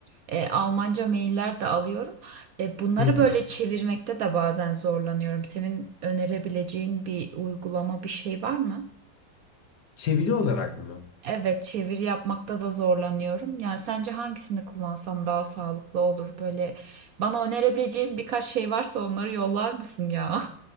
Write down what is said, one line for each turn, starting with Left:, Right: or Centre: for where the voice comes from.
Right: E, Almanca mailler de alıyorum. E, bunları
Left: Hı hı.
Right: böyle çevirmekte de bazen zorlanıyorum. Senin önerebileceğin bir uygulama, bir şey var mı?
Left: Çeviri olarak mı?
Right: Evet, çeviri yapmakta da zorlanıyorum. Yani sence hangisini kullansam daha sağlıklı olur? Böyle bana önerebileceğin birkaç şey varsa onları yollar mısın ya?